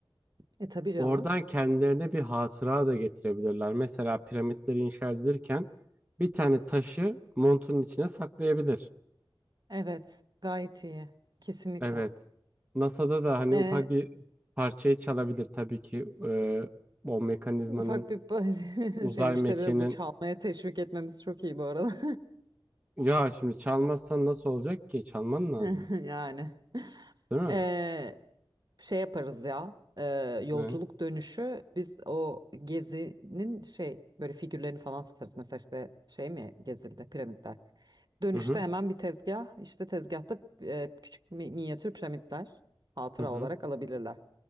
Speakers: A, on the right; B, on the right.
A: E tabii canım.
B: Oradan kendilerine bir hatıra da getirebilirler. Mesela piramitleri inşa edilirken bir tane taşı montunun içine saklayabilir.
A: Evet, gayet iyi. Kesinlikle.
B: Evet. NASA'da da hani
A: E,
B: ufak bir parçayı çalabilir tabii ki. Ee, o mekanizmanın
A: ufak bir <laughs>
B: uzay
A: şey müşterileri
B: mekiğinin
A: bu çalmaya teşvik etmemiz çok iyi bu arada.
B: ya şimdi çalmazsan nasıl olacak ki? Çalman
A: <laughs>
B: lazım.
A: Yani.
B: Değil mi?
A: E, şey yaparız ya e, yolculuk
B: Ne?
A: dönüşü biz o gezinin şey böyle figürlerini falan satarız. Mesela işte şey mi gezildi piramitler. Dönüşte
B: Hı hı.
A: hemen bir tezgah işte tezgahta e, küçük mi- minyatür piramitler hatıra
B: Hı hı.
A: olarak alabilirler.